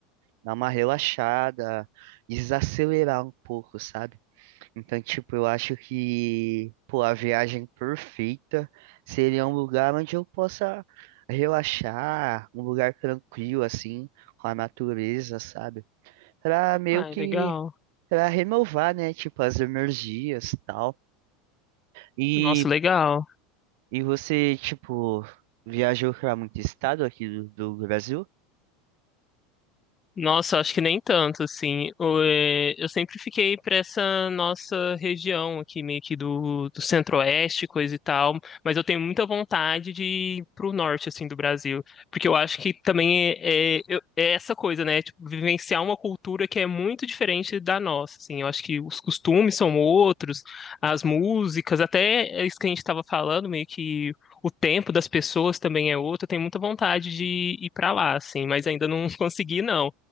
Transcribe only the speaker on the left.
Ai,
legal.
Nossa, legal.
Nossa, acho que nem tanto, assim. O, eh, Eu sempre fiquei para essa nossa região aqui, meio que do, do centro-oeste, coisa e tal, mas eu tenho muita vontade de ir pro norte, assim, do Brasil, porque eu acho que também é, é- eu- é essa coisa, né? Tipo, vivenciar uma cultura que é muito diferente da nossa, assim. Eu acho que os costumes são outros, as músicas, até isso que a gente estava falando, meio que o tempo das pessoas também é outro. Eu tenho muita vontade de ir para lá, assim, mas ainda não <laughs> consegui, não